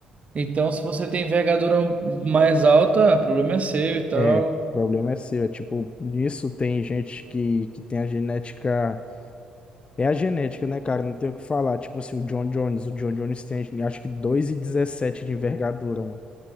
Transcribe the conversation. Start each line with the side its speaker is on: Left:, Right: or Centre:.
Right: então se você tem envergadura mais alta, ah, o problema é seu e tal.
Left: É, o problema é seu. É tipo, nisso tem gente que, que tem a genética. É a genética, né, cara? Não tem o que falar. Tipo assim, o John Jones. O John Jones tem, acho que 2,17 de envergadura, mano.